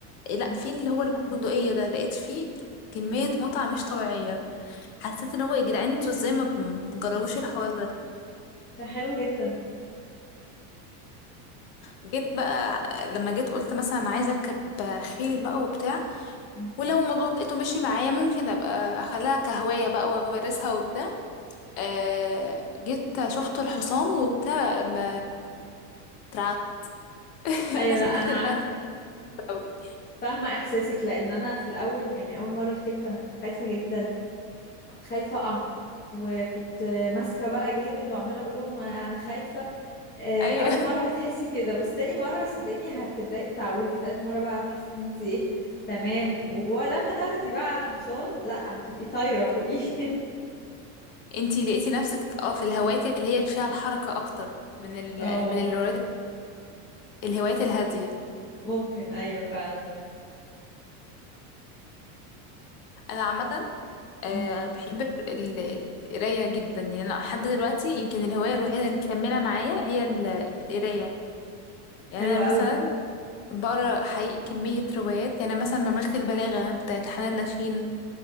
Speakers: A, on the left; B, on the left.
A: لا
B: مم.
A: في اللي هو البندقية ده لقيت فيه كمية متعة مش طبيعية حسيت ان هو يا جدعان انتوا ازاي ما بتجربوش الحوار ده
B: ده حلو جدا
A: جيت بقى لما جيت قلت مثلا عايزة اركب خيل بقى وبتاع
B: مم.
A: ولو الموضوع لقيته مشي معايا ممكن ابقى اخليها كهواية بقى وامارسها وبتاع آه، جيت شفت الحصان وبتاع ما اترعبت <laughs>
B: ايوه
A: انا طلعت
B: لا انا
A: ان انا
B: عارفه
A: خايفة قوي
B: فاهمه احساسك لان انا في الاول يعني اول مره ركبت انا كنت خايفه جدا كنت خايفة أقع وكنت ماسكة بقى جامد وعمالة أقول لهم أنا خايفة آه،
A: ايوه
B: أول مرة هتحسي كده بس تاني مرة صدقيني هتبدأي تتعودي تالت مرة بقى هتحسي إن أنت إيه تمام ولما تاخدي بقى على الحصان لأ هتبقي طايرة فوقيه <laughs>
A: انتي لقيتي نفسك اه في الهوايات اللي هي اللي فيها الحركة اكتر من ال
B: اه
A: من الهوايات الهوايات الهادية
B: ممكن أيوة فعلا
A: انا عامة آه،
B: مم.
A: بحب ال- ال- القراية جدا يعني انا لحد دلوقتي يمكن الهواية الوحيدة اللي مكملة معايا هي ال- القراية يعني
B: حلو
A: انا مثلا
B: قوي
A: بقرا حقيقي كمية روايات يعني أنا مثلا مملكة البلاغة بتاعت حنان لاشين